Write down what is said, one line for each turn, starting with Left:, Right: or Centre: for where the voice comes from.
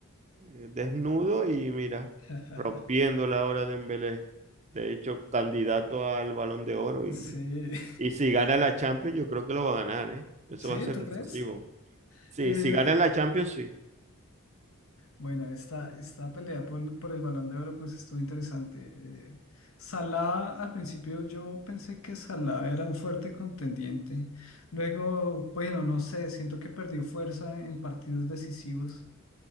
Right: eh, desnudo y mira,
Left: <laughs>
Right: rompiendo la hora de Dembélé, de hecho candidato al Balón de Oro y
Left: Sí,
Right: y si gana la Champions, yo creo que lo va a ganar, ¿eh?
Left: <laughs>
Right: Eso
Left: sí,
Right: va a ser
Left: ¿tú
Right: decisivo.
Left: crees?
Right: Sí,
Left: Eh,
Right: si gana la Champions, sí.
Left: bueno, esta, esta pelea por, por el Balón de Oro pues estuvo interesante. Eh, Salah, al principio yo pensé que Salah era un fuerte contendiente. Luego, bueno, no sé, siento que perdió fuerza en partidos decisivos.